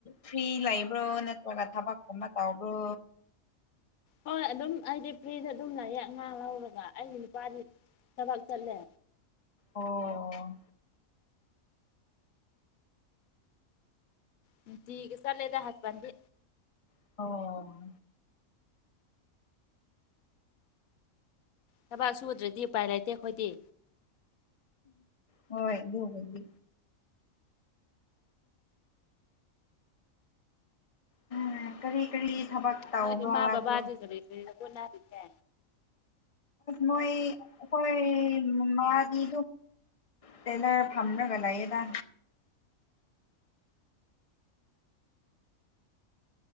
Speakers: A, on the left; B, on the left.
A: ꯐ꯭ꯔꯤ ꯂꯩꯕ꯭ꯔꯣ ꯅꯠꯇ꯭ꯔꯒ ꯊꯕꯛꯀꯨꯝꯕ ꯇꯧꯕ꯭ꯔꯣ
B: ꯍꯣꯏ ꯑꯗꯨꯝ ꯑꯩꯗꯤ ꯐ꯭ꯔꯤꯗ ꯑꯗꯨꯝ ꯂꯥꯏꯌꯦ ꯑꯉꯥꯡ ꯂꯧꯔꯒ ꯑꯩꯒꯤ ꯅꯨꯄꯥꯗꯤ ꯊꯕꯛ ꯆꯠꯂꯦ
A: ꯑꯣ
B: ꯅꯨꯡꯇꯤ ꯒꯤ ꯆꯠꯂꯦꯗ ꯍꯔꯕꯠꯇꯤ
A: ꯑꯣ
B: ꯊꯕꯛ ꯁꯨꯗ꯭ꯔꯗꯤ ꯎꯄꯥꯏ ꯂꯩꯇꯦ ꯑꯩꯈꯣꯏꯗꯤ
A: ꯍꯣꯏ ꯑꯗꯨꯕꯨꯗꯤ ꯎꯝ ꯀꯔꯤ ꯀꯔꯤ ꯊꯕꯛ ꯇꯧꯕ꯭ꯔꯥ
B: ꯅꯣꯏ ꯏꯃꯥ ꯕꯕꯥꯗꯤ
A: ꯑꯗꯣ
B: ꯀꯔꯤ ꯀꯔꯤ ꯍꯣꯠꯅꯔꯤꯒꯦ
A: ꯃꯣꯏ ꯑꯩꯈꯣꯏ ꯃꯥꯥꯃꯥꯗꯤ ꯇꯦꯂꯔ ꯐꯥꯝꯔꯒ ꯂꯩꯌꯦꯗ